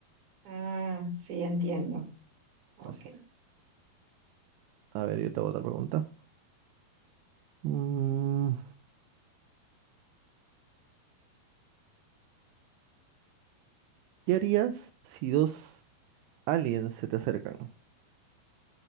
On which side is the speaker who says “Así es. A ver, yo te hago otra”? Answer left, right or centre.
Right